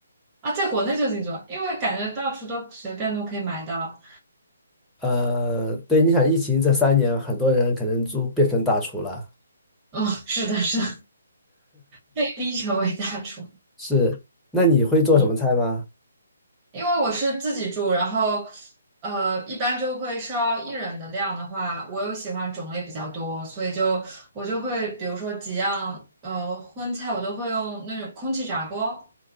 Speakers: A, on the right; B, in the centre.
A: 啊，在国内就自己做，因为感觉到处都随便都可以买到。
B: 呃，对，你想疫情这三年，很多人可能都变成大厨了。
A: 哦，是的，是的，被逼成为大厨。
B: 是，那你会做什么菜吗？
A: 嗯，因为我是自己住，然后呃，一般就会烧一人的量的话，我又喜欢种类比较多，所以就我就会比如说几样呃荤菜，我都会用那种空气炸锅，